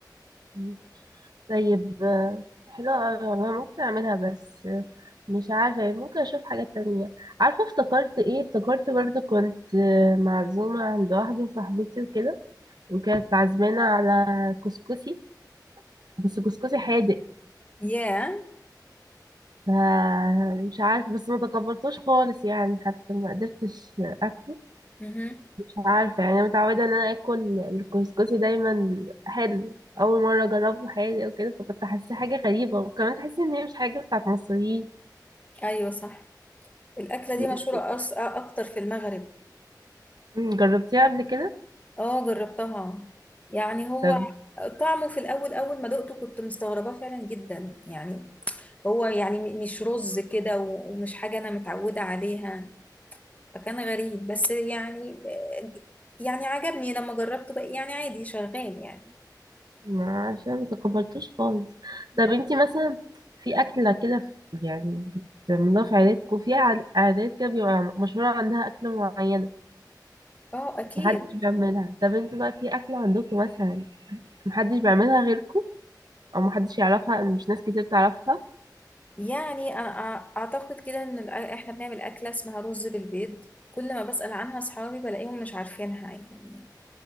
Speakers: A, on the right; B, on the left.
A: مم. طيب آه، حلو أوي والله ممكن اعملها بس آه، مش عارفه ممكن اشوف حاجه تانية عارفه افتكرت ايه افتكرت برضو كنت آه، معزومه عند واحده صاحبتي وكده وكانت عازمانه على كسكسي بس جوزجوزي حادق
B: ياه
A: ف- مش عارف بس ما تقبلتوش خالص يعني حتى ما قدرتش اكله
B: yeah.
A: مش عارفه يعني انا متعوده ان انا اكل الكسكسي دايما حلو اول مره اجربه حادق وكده فكنت حاسه حاجه غريبه وكمان تحسي ان هي مش حاجه بتاعت مصريين
B: ايوه صح الأكلة
A: م-
B: دي مشهورة أص... أكتر في المغرب
A: جربتيها قبل كده
B: اه جربتها يعني هو
A: طب
B: طعمه في الاول اول ما دقته كنت مستغرباه فعلا جدا يعني هو يعني م- مش رز كده و- ومش حاجه انا متعوده عليها فكان غريب بس يعني يعني عجبني لما جربته بقى يعني عادي شغال يعني
A: ما عشان ما تقبلتوش خالص
B: مم.
A: طب انتي مثلا في اكله كده في- يعني بتعملوها في عيلتكم في عاد- عادات كده بيبقى مشهوره عندها اكله معينه
B: اه اكيد
A: محدش بيعملها طب انتوا بقى في أكلة عندكم مثلا محدش بيعملها غيركم أو محدش يعرفها أو مش ناس كتير تعرفها
B: يعني أنا أع- اعتقد كده ان الأ- احنا بنعمل اكله اسمها رز بالبيض كل ما بسأل عنها اصحابي بلاقيهم مش عارفينها يعني